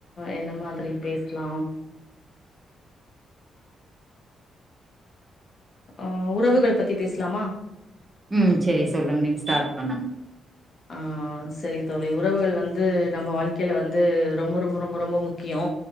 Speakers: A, on the left; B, on the right.
A: என்ன மாதிரி பேஸ்லா ஆ உறவுகள் பத்தி பேஸ்லாமா
B: ம் செரி சொல்லுங் நீங் ஸ்டார்ட் பண்ணுங்
A: ஆ சரி தோழி உறவுகள் வந்து நம்ம வாழ்க்கையில வந்து ரொம்ப ரொம்ப ரொம்ப ரொம்ப முக்கியோ